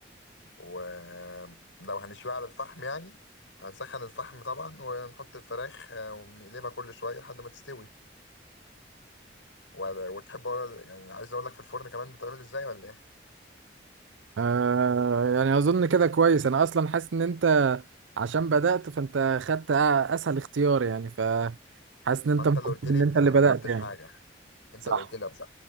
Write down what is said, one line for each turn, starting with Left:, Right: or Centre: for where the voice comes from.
Left: ولو هنشويها على الفحم يعني هنسخن الفحم طبعا ونحط الفراخ آه، ونقلبها كل شوية لحد ما تستوي ولا- وتحب أقول- يعني عايز أقول لك في الفرن كمان بتعمل إزاي ولا إيه؟
Right: آه يعني اظن كده كويس انا اصلا حاسس ان انت عشان بدأت فانت خدت أ- اسهل اختيار يعني فحاسس ان
Left: ما
Right: انت
Left: أنت
Right: مبسوط
Left: اللي قلت لي
Right: ان
Left: ابدأ
Right: انت اللي بدأت
Left: أنا ما قلتش
Right: يعني
Left: حاجة أنت
Right: صح
Left: اللي قلت لي أبدأ